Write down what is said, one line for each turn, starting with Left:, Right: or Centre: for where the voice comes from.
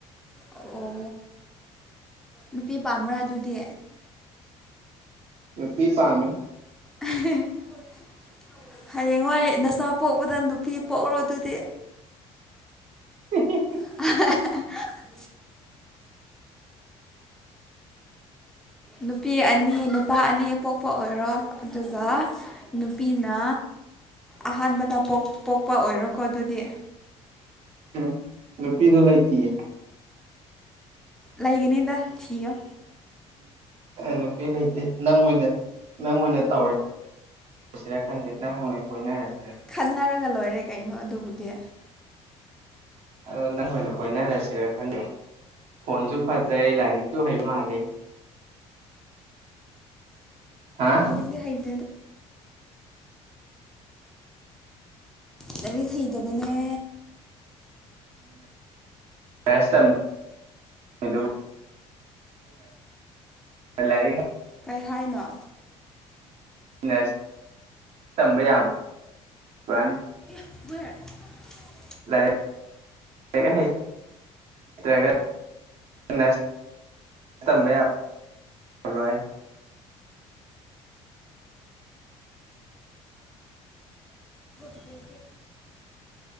Centre: ꯑꯣ ꯅꯨꯄꯤ ꯄꯥꯝꯕ꯭ꯔꯥ ꯑꯗꯨꯗꯤ
Right: ꯅꯨꯄꯤ ꯄꯥꯝꯃꯤ
Centre: <unintelligible> ꯍꯌꯦꯡꯋꯥꯏ ꯅꯆꯥ ꯄꯣꯛꯄꯗ ꯅꯨꯄꯤ ꯄꯣꯛꯎꯔꯣ ꯑꯗꯨꯗꯤ
Right: <unintelligible>
Centre: <unintelligible> ꯅꯨꯄꯤ ꯑꯅꯤ ꯅꯨꯄꯥ ꯑꯅꯤ ꯄꯣꯛꯄ ꯑꯣꯏꯔꯣ ꯑꯗꯨꯒ ꯅꯨꯄꯤꯅ ꯑꯍꯥꯟꯕꯗ ꯄꯣꯛꯄ ꯑꯣꯏꯔꯣꯀꯣ ꯑꯗꯨꯗꯤ
Right: ꯎꯝ ꯅꯨꯄꯤꯗꯣ ꯂꯩꯇꯤꯌꯦ
Centre: ꯂꯩꯥꯒꯅꯤꯗ ꯊꯤꯌꯣ
Right: ꯅꯨꯄꯤ ꯂꯩꯇꯦ ꯅꯪ ꯑꯣꯏꯅ ꯅꯪ ꯑꯣꯏꯅ ꯇꯧꯔꯦ ꯄꯁꯤꯔ ꯈꯪꯗ‌ꯦ ꯅꯪ ꯑ‌ꯣꯏꯅ ꯀꯣꯏꯅꯔꯁꯤ
Centre: ꯈꯠꯅꯔꯒ ꯂꯣꯏꯔꯦ ꯀꯩꯅꯣ ꯑꯗꯨꯕꯨꯗꯤ
Right: ꯑ ꯅꯪꯑꯣꯏꯅ ꯀꯣꯏꯅꯔꯁꯤꯔ ꯈꯪꯗꯕꯥ ꯈꯣꯟꯁꯨ ꯐꯖꯩ ꯂꯥꯏꯔꯤꯛꯁꯨ ꯍꯩ ꯃꯥꯜꯂꯤ ꯍꯥ
Centre: ꯂꯥꯏꯔꯤꯛ ꯗꯤ ꯍꯩꯗꯦ ꯑꯗꯣ ꯂꯥꯏꯔꯤꯛ ꯍꯩꯇꯕꯅꯦ
Right: ꯃꯁ ꯇꯝ <unintelligible> ꯂꯩ
Centre: ꯀꯔꯤ ꯍꯥꯏꯅꯣ
Right: ꯅ꯭ꯔꯁ ꯇꯝꯕ ꯌꯥꯕ ꯋꯥꯅꯤ
Centre: <unintelligible>
Right: ꯂꯥꯏꯔꯤꯛ <unintelligible> ꯂꯥꯏꯔꯤꯛ ꯍꯩ ꯇ꯭ꯔ ꯒꯥ <inaudible> ꯅ꯭ꯔꯁ ꯇꯝꯕꯥ ꯌꯥꯕꯔꯣ ꯥ <unintelligible>
Centre: ꯗꯒꯦꯗ <inaudible>